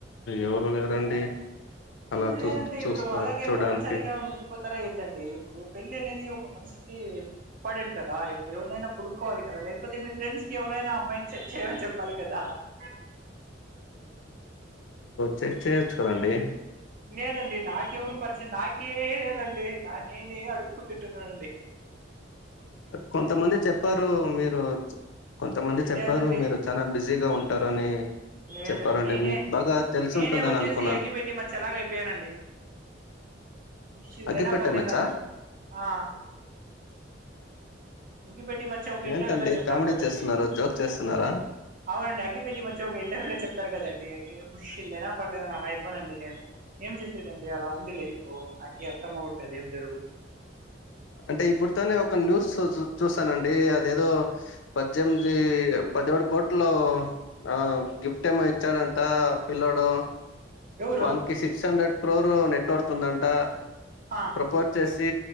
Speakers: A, on the left; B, on the right.
A: ఎవరు లేరండి అలా
B: ఇప్పుడు
A: చూ
B: లేరంటే
A: చూస్తా
B: ఇప్పుడు అలాగే
A: చూడడానికి
B: బ్రహ్మచారిగా మిగిలిపోతారా ఏంటండి ఇప్పుడు పెళ్లి అనేది ఒక మనిషి కీ ఇంపార్టెంట్ కదా ఇప్పుడు ఎవరినైనా పుడుకోవాలి కదా లేకపోతే మీ ఫ్రెండ్స్‌కి ఎవరైనా అమ్మాయిని సెట్ చేయమని చెప్పాలి కదా ఆ
A: చెట్ చేయొచ్చు కదండి
B: లేదండి నాకెవరు పరిచయం నాకే లేదండి నేనే అడు క్కుతింటున్నానండి
A: కొంతమంది చెప్పారు మీరు కొంతమంది చెప్పారు
B: లేదండి
A: మీరు చానా బిజీగా ఉంటారని
B: లేదు
A: చెప్పారండి
B: నేనే
A: మీక్ బాగా తెలిసి
B: నేనే
A: ఉంటుందని
B: వచ్చేసి
A: అనుకు
B: అగ్గిపెట్టి మచ్చలాగ అయిపోయానండి శిలయినా
A: అగ్గిపెట్టె
B: పర్ద్లే
A: మచ్చా
B: అల ఆ <unintelligible> పెట్టి మచ్చ ఒక ఇంటర్వ్యూలో
A: ఏంటండి
B: చెప్తారు
A: కామెడీ
B: కదండి
A: చేస్తున్నారా జోక్ చేస్తున్నారా
B: అవునండి అగ్గిపెట్టి మచ్చి ఒక ఇంటర్వ్యూలో చెప్తారు కదండి ముషల్దనా పర్లేదన అలా అయిపోనండి నేను ఏం చేసేదండి అలా ఉంది లేైఫో నాకె అర్థమ పోటది ఏం జరుగు
A: అంటే ఇప్పుడితోనే ఒక న్యూసుజు చూస్తానండి అదేదో పజ్జేమ్ది పదిహేడు కోట్లు ఆ గిఫ్ట్ ఏమో ఇచ్చాడంట పిల్లోడు
B: ఎవరు
A: వన్కి సిక్స్ హండ్రెడ్ క్రోరు నెట్వర్త్ ఉందంట
B: ఆ
A: ప్రపోజ్ చేసి